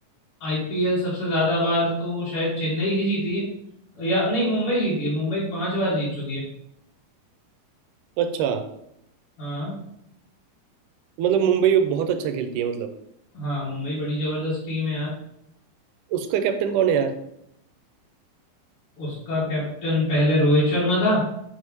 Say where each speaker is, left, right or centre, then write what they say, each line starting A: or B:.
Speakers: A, on the left (about 45°); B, on the right (about 80°).
A: आईपीएल सबसे ज्यादा बार तो शायद चेन्नई ही जीती है या नहीं मुंबई जीती है मुंबई पांच बार जीत चुकी है
B: अच्छा
A: हाँ
B: मतलब मुंबई बहुत अच्छा खेलती है मतलब
A: हाँ मुंबई बड़ी जबरदस्त टीम है यार
B: उसका कैप्टन कौन है यार
A: उसका कैप्टन पहले रोहित शर्मा था